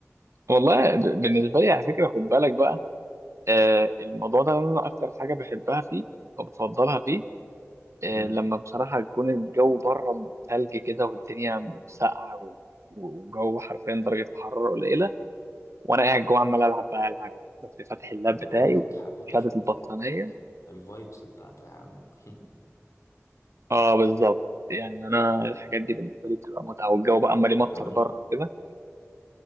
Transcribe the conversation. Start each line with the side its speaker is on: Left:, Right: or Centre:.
Right: والله ب- بالنسبه لي على فكره خد بالك بقى آه الموضوع ده انا اكتر حاجه بحبها فيه او بفضلها فيه آه
Left: مم.
Right: لما بصراحه يكون الجو بره ثلج كده والدنيا ساقعه و- وجو حرفيا درجه الحراره قليله وانا قاعد جوه عمال العب بقى العب بس فاتح اللاب
Left: ما
Right: بتاعي
Left: انا بقول لك حلاوته
Right: وشادد
Left: في ال-
Right: البطانيه
Left: الفايبس بتاعته يا عم <laughs>
Right: اه بالظبط يعني انا الحاجات دي بالنسبه لي بتبقى متعه والجو بقى عمال يمطر
Left: وكمان
Right: بره كده